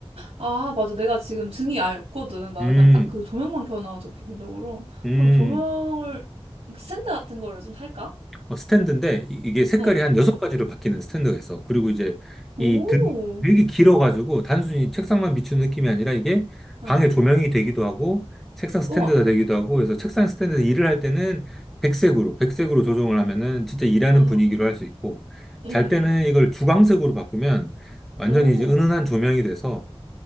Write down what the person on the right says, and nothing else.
아, 맞아. 내가 지금 등이 아예 없거든. 나는
그냥 딱 그 조명만 켜놔가지고, 기본적으로.
그럼 조명을, 스탠드 같은 거를 좀 살까?
응.
오,
응.
우와.
응, 응.
응,
응. 오,